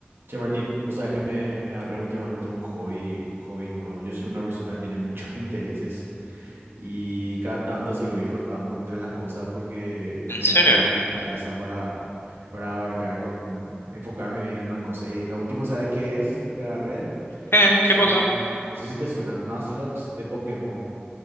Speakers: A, on the right; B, on the left.
A: Che, Martín, vos sabés que me, me agarré últimamente un hobby, un hobby nuevo. Yo soy una persona que tiene muchos <laughs> intereses y cada tanto así voy rotando entre las cosas porque no
B: ¿En
A: me
B: serio?
A: aparece la cabeza para, para abarcar con, enfocarme bien en una cosa. Y la última, ¿sabes qué es lo que agarré?
B: ¿Eh?
A: Son,
B: ¿Qué pasó?
A: no sé si te suenan Nuzlocke de Pokémon.